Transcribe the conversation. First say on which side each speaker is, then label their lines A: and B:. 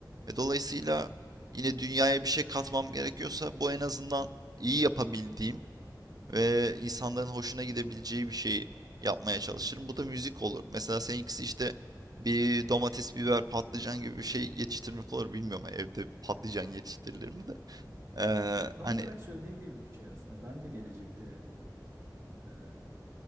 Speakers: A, on the right; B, on the right.
A: E, dolayısıyla yine dünyaya bir şey katmam gerekiyorsa bu en azından iyi yapabildiğim ve insanların hoşuna gidebileceği bir şeyi yapmaya çalışırım. Bu da müzik olur. Mesela seninkisi işte bir domates, biber, patlıcan gibi bir şey yetiştirmek olur. Bilmiyorum evde patlıcan yetiştirilir mi de. Ee,
B: Tam
A: hani
B: olarak söylediğin gibi bir şey aslında. Ben de gelecekte e,